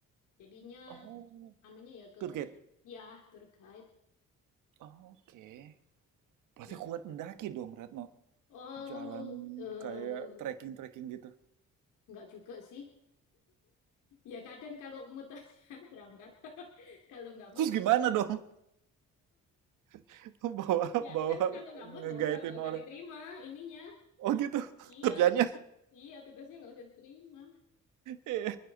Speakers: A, on the left; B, on the right.
A: Jadinya
B: Oh,
A: anunya ya ke
B: tour guide.
A: ya tour guide.
B: Oh, Oke. Berarti
A: Jadi,
B: kuat mendaki dong, Retno.
A: oh
B: Jalan
A: lu eh,
B: kayak trekking-trekking gitu.
A: nggak juga sih. Ya kadang kalau mood aja <laughs> berangkat. <laughs> Kalau nggak mood
B: Terus gimana dong? <laughs> Bawa
A: ya
B: bawa
A: kan kalau nggak
B: ngegaitin
A: mood nggak usah nggak
B: orang.
A: usah diterima ininya.
B: Oh gitu <laughs>
A: Iya
B: kerjanya.
A: tu- iya tugasnya nggak usah diterima
B: Iya.